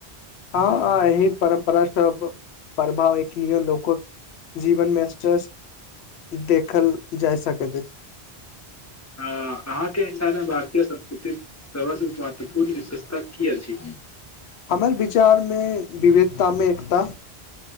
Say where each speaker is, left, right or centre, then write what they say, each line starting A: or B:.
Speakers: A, on the left; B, on the left.
A: हँ हँ एहि परम्परा सब प्रभाव एक्खनीय लोको जीवनमे स देखल जाय सकैत अछि
B: हाँ, अहाँके हिसाबे भारतीय संस्कृतिक सबसँ महत्वपूर्ण विशेषता की अछि
A: हमर विचारमे विविधतामे एकता